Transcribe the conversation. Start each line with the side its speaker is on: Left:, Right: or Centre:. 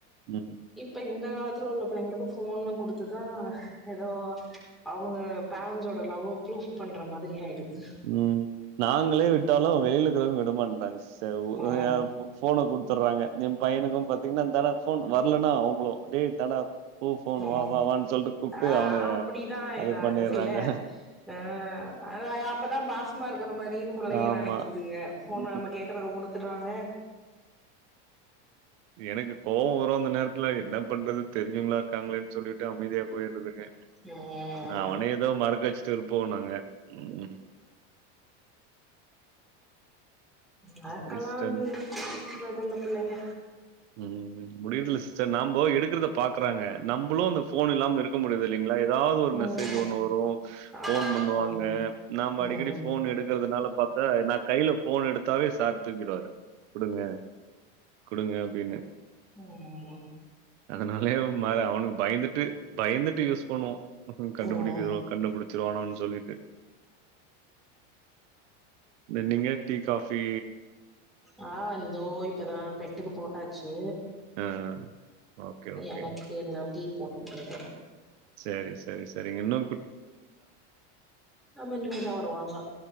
Right: ம்
Centre: இப்ப இந்த காலத்துல உள்ள படள்ளைங்களுக்கு போன் குடுத்துதா ஏதோ அவங்க பேரண்ட்ஸோட லவ்வ ப்ரூப் பண்ற மாதிரி ஆயிடுது
Right: ம் நாங்களே விட்டாலு வெளியில இருக்கிறவங்க விட மாட்டங்க சிஸ்டர் ஒ
Centre: ஆ
Right: யா போன குடுத்துர்றாங்க என் பையனுக்கு பாத்தீங்னா இந்தடா போன் வர்லன்னா அவுங்ளு டேய் இந்தாடா பு ஃபோன்
Centre: ஆ ஆ
Right: வா வாவான் சொல்டு கூப்டு
Centre: ஆ
Right: அவன
Centre: அப்டிதா
Right: அது
Centre: இதாகுதுல்ல
Right: பண்ணிறாங்க
Centre: ஆ அத அப்பதா பாசமா இருக்கிற மாரின் புள்ளைங்க
Right: ஆமா.
Centre: நெனைக்குதுங்க போன
Right: ம்.
Centre: நம்ம கே க்குறோ குடுத்துர்றாங்க
Right: எனக்கு கோவ வரு அந்த நேரத்துல என்ன பண்றது தெரிஞ்சுவங்களா இருக்காங்களேன் சொல்லிட்டு அமைதியா போய்றதுங்க
Centre: ம்
Right: அவன ஏதோ மறக்க வச்சுட்டு இருப்போ நாங்க ம்
Centre: மறக்கல்லா
Right: சரி சிஸ்டர்.
Centre: இ்ல்லைங்க <inaudible> புள்ளைங்க
Right: உம் முடிறதுல சிஸ்டர் நம்போ எடுக்கறத பாக்குறாங்க நம்மளு அந்த போன் இல்லாம இருக்க முடிறது இல்லைங்ளா ஏதாவது ஒரு
Centre: ம்
Right: மெசேஜ் ஒண்ணு வரு
Centre: ஆமா
Right: போன் பண்ணுவாங்க
Centre: ம்
Right: நாம அடிக்கடி
Centre: ம்
Right: போன் எடுக்க றதுனால பாத்தா நா கைல போன் எடுத்தாவே சார் தூக்கிடுவாரு குடுங்க குடுங்க அப்டின்னு
Centre: உம்
Right: அதனாலே அவனுக்கு பயந்துட்டு பயந்துட்டு யூஸ் பண்ணுவோ அப்றோ கண்டுபிடிக்கறதோ
Centre: ம் ம்
Right: கண்டுபிடிச்சிருவானோன் சொல்லிட்டு நீங்க டீ காபி
Centre: ஆ இந்தோ இப்பதா பெட்டுக்கு போட்டாச்சு
Right: ஆ. Okay, okay.
Centre: எனக்கு இந்த டீ போட்டுக்கட்டு இருக்க
Right: செரி செரி செரிங்க இன்னு
Centre: ஆமா இனிமேதா வருவாங்க